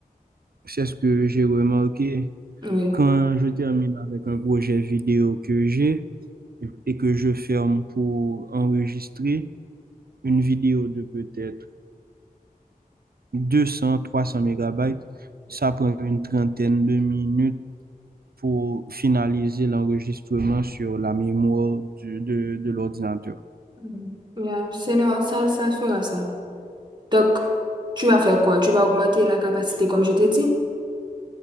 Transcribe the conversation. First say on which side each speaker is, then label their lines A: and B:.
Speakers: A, on the right; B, on the right.
A: C'est ce que j'ai remarqué
B: Oui.
A: quand je termine avec un projet vidéo que j'ai et que je ferme pour enregistrer une vidéo de peut-être deux cents trois cents mégabytes. Ça prend une trentaine de minutes pour finaliser l'enregistrement sur la mémoire du- de de l'ordinateur.
B: Mm. Yeah, c'est non, ça, ça fera ça. Donc, tu vas faire quoi? Tu vas augmenter la capacité comme je t'ai dit?